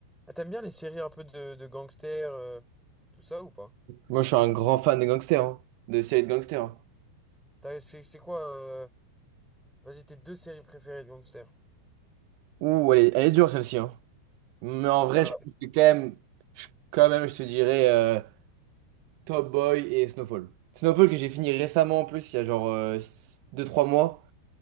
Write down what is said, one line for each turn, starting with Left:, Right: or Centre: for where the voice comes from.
Centre: Ah, t'aimes bien les séries un peu de, de gangsters, euh, tout ça ou pas?
Right: Moi, je suis un grand fan de gangsters, hein, de séries de gangsters. hein.
Centre: T'as- C'est c'est quoi, euh, vas-y, tes deux séries préférées de gangsters?
Right: Ouh, elle est, elle est dure celle-ci. hein. Mais en
Centre: Bah,
Right: vrai, je pense que quand même, je, quand même, je te dirais euh, Top Boy et Snowfall. Snowfall que j'ai fini récemment en plus, il y a genre deux trois mois.